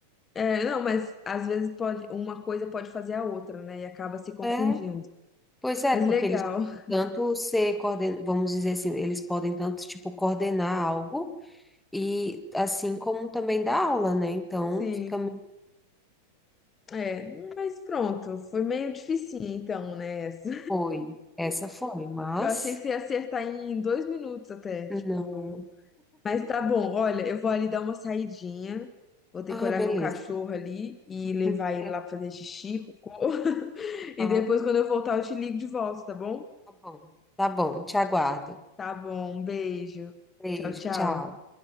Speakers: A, on the left (about 20°); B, in the centre.
A: É, não, mas às vezes pode, uma coisa pode fazer a outra, né? E acaba se confundindo.
B: É, pois é,
A: Mas
B: porque
A: legal,
B: eles podem
A: <laughs>
B: tanto ser coorden, vamos dizer assim, eles podem tanto tipo coordenar algo e assim como também dar aula, né? Então
A: sim.
B: fica meio,
A: É, mas pronto, foi meio dificinho então, né? essa.
B: foi, essa foi,
A: <laughs>
B: mas
A: Eu achei que você ia acertar em dois minutos até, tipo.
B: não.
A: Mas tá bom, olha, eu vou ali dar uma saidinha. Vou ter
B: Ah,
A: que olhar
B: beleza.
A: meu cachorro ali e levar
B: Hum,
A: ele
B: é,
A: lá pra fazer xixi, cocô. E
B: Ah,
A: depois, quando eu voltar, eu te ligo de volta, tá bom?
B: tá bom. Tá bom, te aguardo.
A: Tá bom, um beijo.
B: Beijo,
A: Tchau, tchau.
B: tchau.